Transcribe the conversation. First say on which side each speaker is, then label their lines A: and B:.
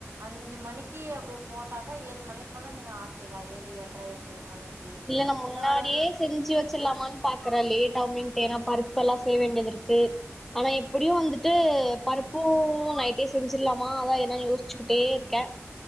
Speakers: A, on the right; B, in the centre.
A: அஞ்சி மணிக்கு அப்டி போட்டாக்கா ஏழு மணி போல நீங்க ஆட்டிர்லா ஏழு ஏல்ர எட் ட்டு மணிக்கு
B: நா முன்னாடியே
A: இல்ல ஒரு
B: செஞ்சு வெச்சிரலாமான் பாக்குற லேட்டாவுமேன்ட்டு ஏன்னா பருப்பெல்லா செய்ய வேண்டியது இருக்கு ஆனா எப்பிடியு வந்துட்டு பருப்பு நைட்டே செஞ்சிடலாமா அதா என்னன்னு யோசிச்சுகிட்டே இருக்கே